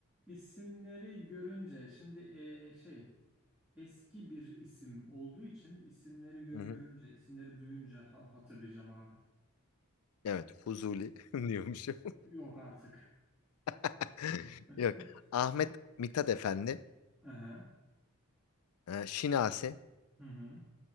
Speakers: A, in the centre; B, on the left.
A: isimleri görünce şimdi ee, şey eski bir isim olduğu için isimleri gö-
B: Hı hı.
A: görünce isimleri duyunca ha- hatırlayacağım abi.
B: Evet, Fuzuli <laughs> diyormuşum.
A: Yok artık.
B: <laughs>
A: <laughs>
B: Yok. Ahmet Mithat Efendi,
A: Aha.
B: e, Şinasi,
A: Hı hı.